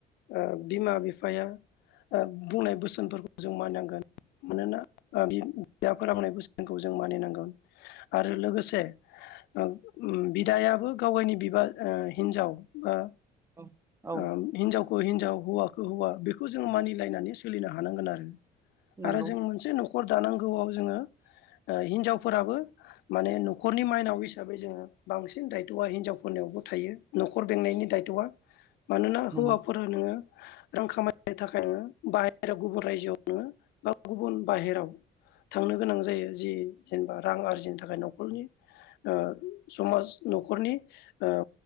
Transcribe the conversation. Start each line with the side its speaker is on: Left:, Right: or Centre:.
Left: ओ बिमा बिफाया ओ बुंनाय बोसोनफोरखौ जों मानिनां गोन‌ मानोना बिदा फोरोंनाय बोसोनखौ जों मानिनांगौ आरो लोगोसे उम बिदायाबो गावगायनि बिबा ओ हिनजाव बा
Right: औ औ
Left: ओं हिनजावखौ हिनजाव हौवाखौ हौवा बेखौ जोंङो मानिलायनानै सोलिनो हानांगोन आरो।
Right: नंगौ
Left: आरो जों मोनसे न'खर दानांगौआव जोङो हिनजावफोराबो माने न'खरनि माइनाव हिसाबै जोङो बांसिन दायथ'आ हिनजावफोरनियावबो थायो न'खर बेंनायनि दायथ'आ। मानोना
Right: नंगौ
Left: हौवाफोरा नोङो रां खामायनो थाखाय नोङो बाहेरायाव गुबुन रायजोआव नोङो बा गुबुन बाहेराव थांनो गोनां जायो जि जेनबा रां आरजिनो थाखाय न'खरनि ओ समाज न'खरनि ओ